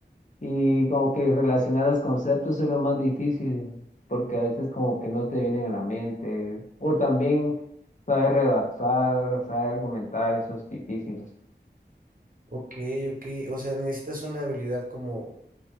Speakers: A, on the left (about 45°); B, on the right (about 50°).
A: y como que relacionar los conceptos es lo más difícil, porque a veces como que no te vienen a la mente. O también saber redactar, saber argumentar, eso es difícil.
B: Ok, ok. O sea, necesitas una habilidad como